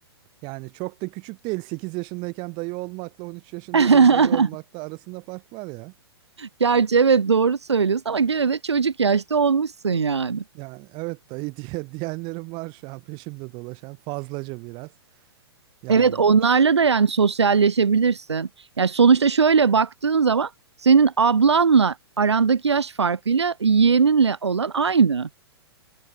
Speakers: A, on the right; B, on the right.
A: Yani çok da küçük değil 8 yaşındayken dayı olmakla 13 yaşındayken
B: <laughs>
A: dayı olmakla arasında fark var ya.
B: Gerçi evet doğru söylüyorsun ama gene de çocuk yaşta olmuşsun yani.
A: Yani evet dayı diye <laughs> diyenlerim var şu an peşimde dolaşan fazlaca biraz. Yani
B: Evet onlarla da yani sosyalleşebilirsin. Yani sonuçta şöyle baktığın zaman senin ablanla arandaki yaş farkıyla yeğeninle olan aynı.